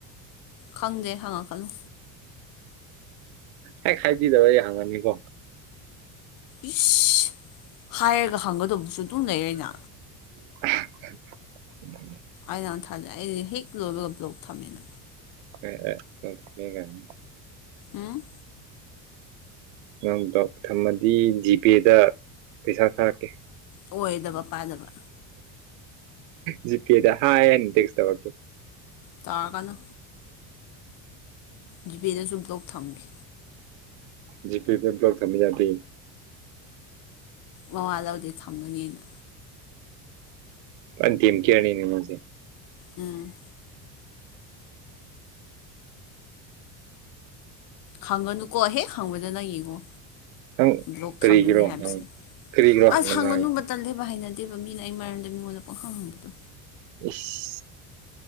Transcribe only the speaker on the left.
ꯈꯪꯗꯦ ꯍꯪꯉꯛꯀꯅꯨ
ꯏꯁ ꯍꯥꯏꯔꯒ ꯍꯪꯒꯗꯧꯕꯁꯨ ꯑꯗꯨꯝ ꯂꯩꯔꯦꯅ
ꯑꯩꯅ ꯊꯥꯖꯂꯦ ꯑꯩꯁ ꯍꯦꯛ ꯂꯣꯏꯕꯒ ꯕ꯭ꯂꯣꯛ ꯊꯝꯃꯦꯅ
ꯍꯥꯝ
ꯑꯣꯏꯗꯕ ꯄꯥꯗꯕ
ꯇꯧꯔꯛꯒꯅꯨ ꯖꯤꯄꯦꯗꯁꯨ ꯕ꯭ꯂꯣꯛ ꯊꯝꯒꯦ
ꯃꯋꯥꯥ ꯂꯧꯗꯦ ꯊꯝꯒꯅꯤ ꯑꯩꯅ
ꯎꯝ ꯍꯪꯒꯅꯨꯀꯣ ꯍꯦꯛ ꯍꯪꯕꯗ ꯅꯪ ꯌꯦꯡꯉꯣ
ꯕ꯭ꯂꯣꯛ
ꯊꯝꯒꯅꯤ ꯍꯥꯏꯕꯁꯤ
ꯑꯁ
ꯍꯪꯒꯅꯨꯕ
ꯇꯜꯂꯦꯕ ꯍꯥꯏꯅꯗꯦꯕ ꯃꯤꯅ ꯑꯩ ꯃꯔꯝꯗ ꯃꯤꯉꯣꯟꯗ ꯄꯣꯡꯈꯥꯡ ꯍꯪꯕꯗꯣ